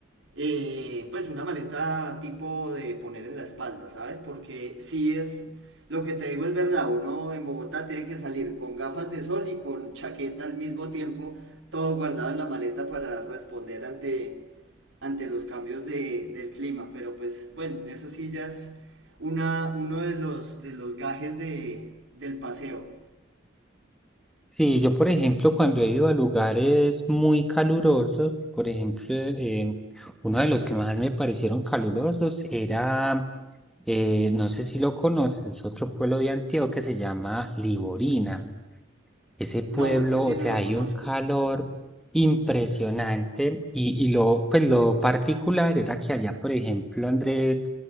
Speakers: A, on the right; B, in the centre.
A: eh, pues una maleta tipo de poner en la espalda, ¿sabes? Porque si es, lo que te digo es verdad, uno en Bogotá tiene que salir con gafas de sol y con chaqueta al mismo tiempo, todo guardado en la maleta para responder ante, ante los cambios de, del clima, pero pues bueno, eso sí ya es una, uno de los, de los gajes de, del paseo.
B: Sí, yo por ejemplo cuando he ido a lugares muy calurosos, por ejemplo, eh, uno de los que más me parecieron calurosos era Eh, no sé si lo conoces, es otro pueblo de Antioquia que se llama Liborina. Ese pueblo,
A: No, ese sí
B: o
A: no
B: sea,
A: lo
B: hay
A: conozco.
B: un calor impresionante y, y lo, pues lo particular era que allá, por ejemplo, Andrés,